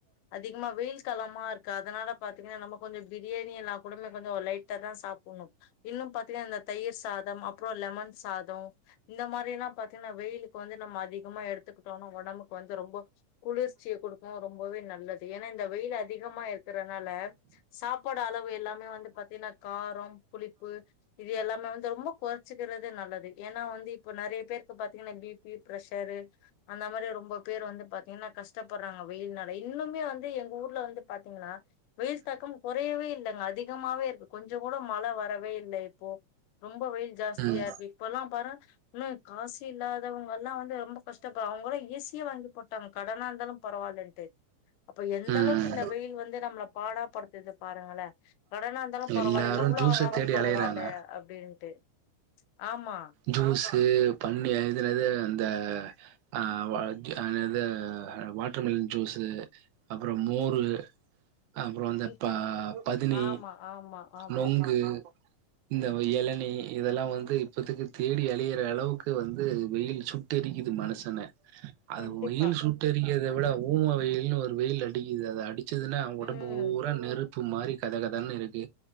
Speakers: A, on the left; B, on the right.
A: அதிகமா வெயில் காலமா இருக்கு அதனால பாத்தீங்கன்னா நம்ம கொஞ்சோ பிரியாணி எல்லா கொழந்த கொஞ்சோ லைட்டாதா சாப்புட்னு இன்னு பாத்தீங்கன்னா அந்த தயிர் சாதம் அப்றோ லெமன் சாதோ இந்த மாரி எல்லா பாத்தீங்கன்னா வெயிலுக்கு வந்து நம்ம அதிகமா எடுத்துக்கிட்டோனா ஒடம்புக்கு வந்து ரொம்போ குளிர்ச்சிய கொடுக்கு ரொம்பவே நல்லது ஏன்னா இந்த வெயில் அதிகமா இருக்கறனால சாப்பாடு அளவு எல்லாமே வந்து பாத்தீன்னா காரோ புளிப்பு இது எல்லாமே வந்து ரொம்ப கொறச்சுக்கறது நல்லது ஏன்னா வந்து இப்போ நெறைய பேர் இப்ப பாத்தீங்கன்னா பி பி பிரஷரு அந்த மாரி ரொம்ப பேர் வந்து பாத்தீங்கன்னா கஷ்டப்படுறாங்க வெயில்நால இன்னுமே வந்து எங்க ஊர்ல வந்து பாத்தீங்கன்னா வெயில் தாக்கம் கொறயவே இல்லங்க அதிக அதிகமாவே இருக்கு கொஞ்சங் கூட மழ வரவே இல்ல இப்போ ரொம்ப வெயில் ஜாஸ்தியாருக்கு
B: ம்
A: இப்பல்லா பாருங்க ன்னு காசு இல்லாதவங்க எல்லா வந்து ரொம்ப கஷ்டப்படுற அவுங்கல்லா ஏ சி யே வாங்கி போட்டாங்க கடனா இருந்தாலு பரவாயில்ன்ட்டு அப்ப எந்த
B: ம்
A: அளவுக்கு இந்த வெயில் வந்து நம்ள பாடாப்படுத்துது பாருங்களே கடனா இருந்தாலு பரவால்ல
B: எல்லாரு
A: எவ்ளோ
B: ஜூஸ
A: ஆனாலு
B: தேடி
A: பரவால்ல
B: அலையறாங்க
A: அப்டின்ட்டு ஆமா
B: ஜூஸ் பன்னீர் இது நெறயா அந்த அ வா என்னது வாட்டர் மெலன் ஜூஸு அப்ரோ மோரு அப்றோ அந்த
A: ம்,
B: ப பதினி
A: ஆமா ஆமா ஆமா
B: நொங்கு இந்த எளனி இதெல்லா வந்து இப் பத்துக்கு தேடி அழையிற அளவுக்கு வந்து வெயில் சுட்டெரிக்குது மனுசன அது
A: கண்டிப்பா
B: வெயில் சுட்டெரிக்கறத விட ஊம வெயில்னு ஒரு வெயில் அடிக்குது அது அடி ச்சுதுன்னா அவங்க ஒடம்பு
A: ம்
B: பூரா நெருப்பு மாரி கத கதன்னு இருக்கு